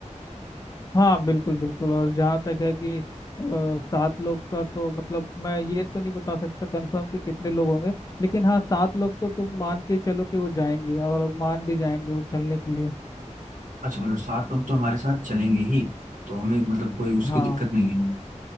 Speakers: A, on the left; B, on the right.
A: हाँ बिल्कुल बिल्कुल और जहाँ तक है कि अ, सात लोग का तो मतलब मैं ये तो नहीं बता सकता कंफर्म कि कितने लोग होंगे लेकिन हाँ सात लोग तो तुम मान के चलो कि वो जाएंगे और मान भी जाएंगे वो चलने के लिए
B: अच्छा मतलब सात लोग तो हमारे साथ चलेंगे ही तो हमें मतलब कोई उसकी
A: हाँ
B: दिक्कत नहीं है